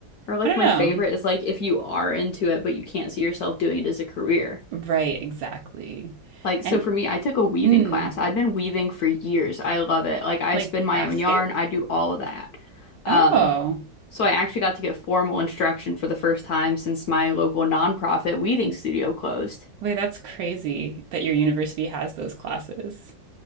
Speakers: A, on the left (about 65°); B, on the right (about 70°).
A: Or like
B: i don't
A: my favorite is like if you are into it but you can't see yourself doing it as a career.
B: know right exactly
A: Like,
B: and
A: so for me, I took a weaving
B: mm,
A: class. i have been weaving for years. I love it. Like, I
B: like
A: spin my
B: basket
A: own yarn, I do all of that.
B: oh
A: Um, so I actually got to get formal instruction for the first time since my local nonprofit weaving studio closed.
B: wait that's crazy that your university has those classes